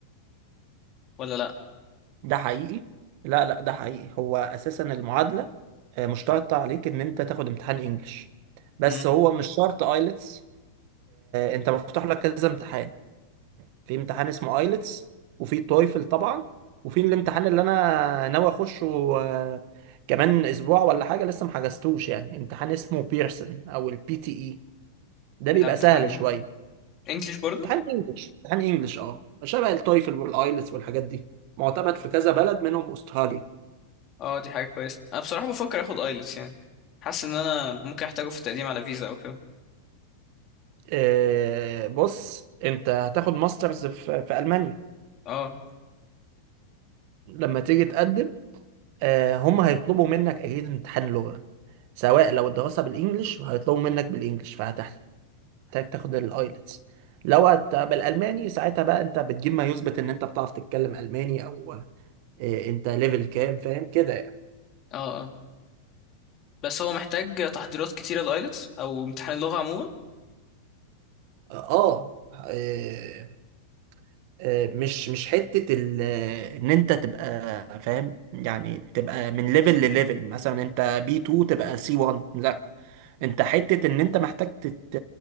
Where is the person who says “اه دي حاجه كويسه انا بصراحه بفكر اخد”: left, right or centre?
Left